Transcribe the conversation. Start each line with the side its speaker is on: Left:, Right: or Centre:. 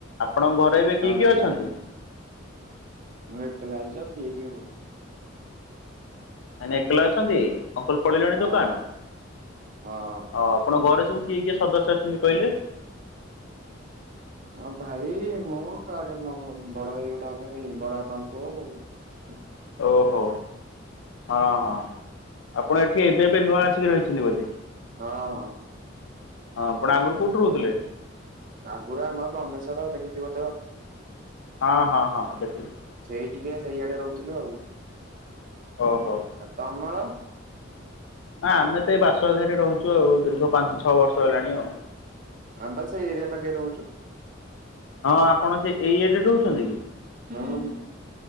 Left: ଆପଣଙ୍କ ଘରେ ଏବେ
Right: ଚାଲୁ
Left: କିଏ କିଏ ଅଛନ୍ତି?
Right: ସେମିତି ମୁଁ ଏକଲା ଅଛି ଆଉ କିଏ କିଏ ହବ
Left: ମାନେ ଏକ୍ଲା ଅଛନ୍ତି ଅଙ୍କଲ ପଳେଇଲେଣି
Right: ହଁ
Left: ଦୋକାନ?
Right: ହଁ।
Left: ଅ ଆପଣ ଘରେ ସବୁ କିଏ କିଏ ସଦସ୍ୟ ଅଛନ୍ତି କହିଲେ?
Right: <inaudible> ହଁ ଭାଇ ମୁଁ ଘରେ ମୋ ବଡ ଭାଇ ଗୋଟେ ଅଛନ୍ତି ବଡବାପାଙ୍କ ପୁଅ ଅଉ
Left: ଓହୋ ହଁ ହଁ ଆପଣ ଏଠି ଏବେ ଏବେ ନୂଆ ଆସିକି ରହିଛନ୍ତି ବୋଧେ?
Right: ହଁ ହଁ।
Left: ହଁ ଆପଣ ଆଗରୁ କୋଉଠି ରହୁଥିଲେ?
Right: ଆଗରୁ ଆମର ରମେଶ୍ଵର୍ ଦେଖିଥିବ ତ?
Left: ହଁ -ହଁ- ହଁ ଦେଖିଚି।
Right: ସେଇ ଟିକେ ସେଇଆଡେ ରହୁଥିଲୁ ଆଉ।
Left: ଓହୋ।
Right: ତମର?
Left: ନା ଆମେ ତ ଏଇ ବାସୁଆଘରେ ରହୁଛୁ ଆଉ ଦୀର୍ଘ ପାଞ୍ଚ ଛଅ ବର୍ଷ ହେଲାଣି ଆଉ।
Right: ଆମେ ବା ସେଇ ଏରିଆ ପାଖରେ ରହୁଛୁ।
Left: ହଁ ଆପଣ ସେ ଏଇ ଏରିଆରେ ରହୁଛନ୍ତି କି?
Right: ହୁଁ